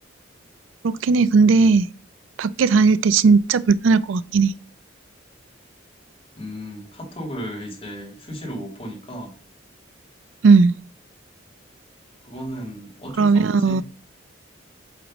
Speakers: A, on the right; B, on the left.
A: 그렇긴 해. 근데 밖에 다닐 때 진짜 불편할 것 같긴 해.
B: 음, 카톡을 이제 수시로 못 보니까
A: 음,
B: 그거는 어쩔
A: 그러면,
B: 수 없지.